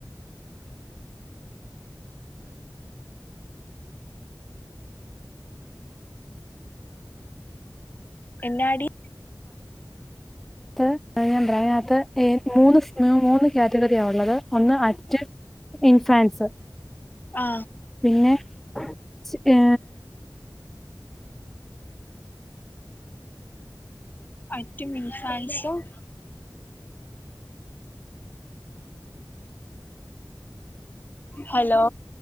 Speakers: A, on the left; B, in the centre.
A: എന്നാടി
B: നാത്ത് ഞാൻ പറയാ അയ്നാത്ത് ഏ മൂന്ന് മൂന്ന് കാറ്റഗറിയാ ഉള്ളത് ഒന്ന് അറ്റ് റ്റ് ഇൻഫാൻസ്
A: ആ
B: പിന്നെ ച് ഏ
A: അറ്റ് ഇൻഫാൻസും ഹലോ